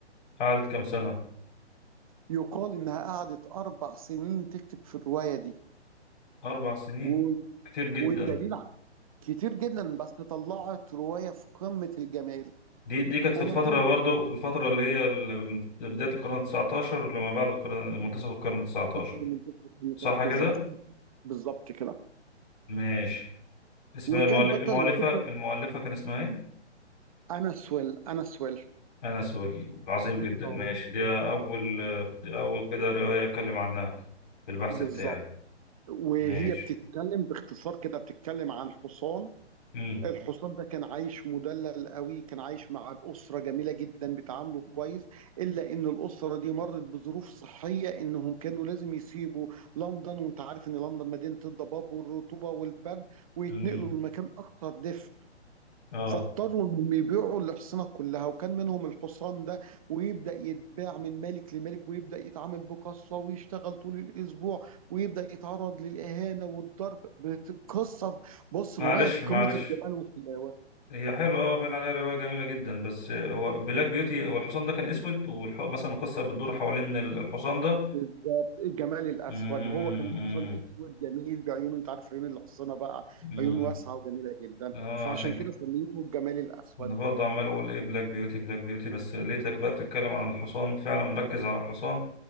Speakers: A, on the left; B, on the right.
A: قعدت كام سنة
B: يقال انها قعدت اربع سنين تكتب في الروايه دي
A: أربع سنين
B: و...
A: كتير جدا
B: والدليل ع- كتير جدا بس طلعت روايه في قمه الجمال
A: دي دي كانت في
B: وما
A: الفترة
B: زالت
A: برضو في الفترة اللي هي ال- من بداية القرن التسعتاشر لما بعد القرن منتصف القرن التسعتاشر
B: منتخب النطاق
A: صح
B: بالظبط
A: كده؟
B: بالظبط كده
A: ماشي اسمها
B: وكان
A: المؤل-
B: بطل
A: المؤلفة
B: القصه
A: المؤلفة كان اسمها ايه؟
B: انس ويل انس ويل
A: أنا سوري عظيم جدا
B: اه
A: ماشي دي أول دي أول كده رواية أتكلم عنها في البحث
B: بالظبط
A: بتاعي
B: وهي
A: ماشي
B: بتتكلم باختصار كده بتتكلم عن حصان
A: مم.
B: الحصان ده كان عايش مدلل قوي كان عايش مع أسرة جميلة جدا بتعامله كويس إلا إن الأسرة دي مرت بظروف صحية إنهم كانوا لازم يسيبوا لندن وأنت عارف إن لندن مدينة الضباب والرطوبة والبرد ويتنقلوا
A: مم.
B: لمكان أكثر دفء
A: اه
B: فاضطروا انهم يبيعوا الحصنه كلها وكان منهم الحصان ده ويبدا يتباع من ملك لملك ويبدا يتعامل بقسوه ويشتغل طول الاسبوع ويبدا يتعرض للاهانه والضرب بتقصف بص
A: معلش
B: روايه في
A: معلش
B: قمه الجمال والحلاوه
A: هي حلوة اه باين عليها رواية جميلة جدا بس هو بلاك بيوتي هو الحصان ده كان اسود والح... مثلا القصة بتدور حوالين ال- الحصان ده
B: بالظبط الجمال الاسود
A: امم
B: هو كان الحصان
A: امم
B: اسود جميل بعيونه انت عارف عيون الحصانه بقى
A: امم
B: عيون واسعه وجميله جدا
A: اه
B: فعشان
A: عشان كده
B: كده سميته الجمال الاسود
A: انا برضه عمال اقول ايه بلاك بيوتي بلاك بيوتي بس لقيتك بقى بتتكلم عن الحصان فعلا مركز على الحصان